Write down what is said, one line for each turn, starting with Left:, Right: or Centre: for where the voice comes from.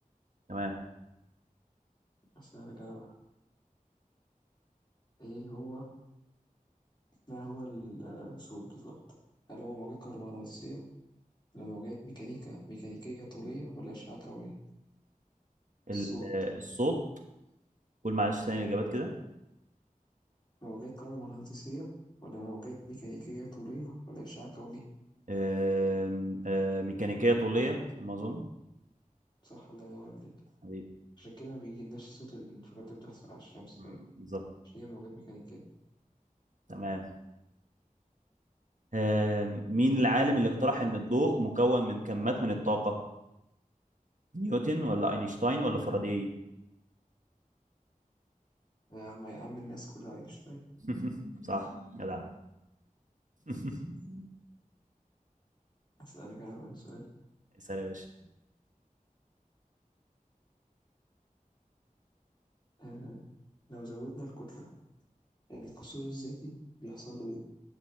Right: تمام
Left: أحسن أنا كده بقى إيه هو ما هو ال- الصوت بالظبط هل هو موجات كهرومغناطيسية ولا موجات ميكانيكا ميكانيكية طولية ولا أشعة كونية
Right: ال-
Left: الصوت
Right: آه، الصوت قول معلش تاني
Left: مم.
Right: الاجابات كده
Left: موجات كهرومغناطيسية ولا موجات ميكانيكية طولية ولا أشعة كونية
Right: آم، آم، ميكانيكية طولية على ما أظن
Left: صح الله ينور عليك
Right: أيوة.
Left: عشان كده ما بيجيلناش صوت الانفجارات اللي بتحصل على الشمس
Right: مم،
Left: فاهم
Right: بالظبط
Left: عشان هي موجات ميكانيكية
Right: تمام آم، مين العالم اللي اقترح إن الضوء مكون من كمات من الطاقة؟ نيوتن ولا أينشتاين ولا فاراداي؟
Left: يا عم يا عم الناس كلها أينشتاين
Right: <laughs> صح جدع <laughs>
Left: أسألك أنا بقى سؤال
Right: اسأل يا باشا
Left: آه لو زودنا الكتلة الكسور الذاتي بيحصل له إيه؟